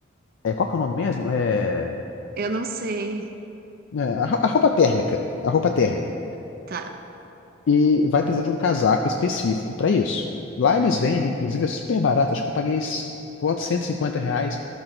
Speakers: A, on the left; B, on the right.
A: É, qual que é o nome mesmo? É,
B: Eu não sei.
A: é, a ro- a roupa térmica. A roupa térmica.
B: Tá.
A: E vai precisar de um casaco específico para isso. Lá eles vendem, inclusive, é super barato. Acho que eu paguei, s- volta de 150 reais